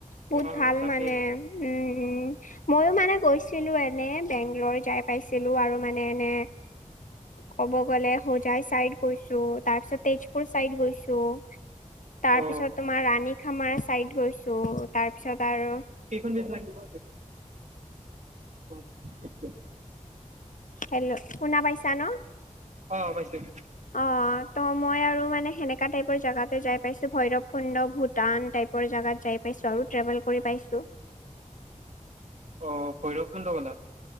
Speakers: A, on the left (about 80°); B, on the right (about 60°).
A: বহুত
B: অ
A: ভাল
B: তাকেই
A: মানে, উম, উম, মইও মানে গৈছ ছিলো, এনে বেংল'ৰ যাই পাইছিলো আৰু মানে এনে ক'ব গ'লে হোজাই চাইদ গৈছো, তাৰ পিছত তেজপুৰ চাইদ গৈছো তাৰ
B: অ অ
A: পিছত তোমাৰ ৰাণী খামাৰ চাইড গৈছো, তাৰপিছত আৰু
B: এইখন বেছ লাগিব তোক <unintelligible>
A: হেল্ল', শুনা পাইছা ন'?
B: অ' পাইছোঁ।
A: অ', ত' মই আৰু মানে সেনেকা টাইপৰ জাগাতে যাই পাইছো ভৈৰৱ কুণ্ড, ভূটান টাইপৰ জেগাত যাই পাইছোঁ আৰু, ট্ৰেভেল কৰি পাইছোঁ।
B: অ' ভৈৰৱকুণ্ড গলা?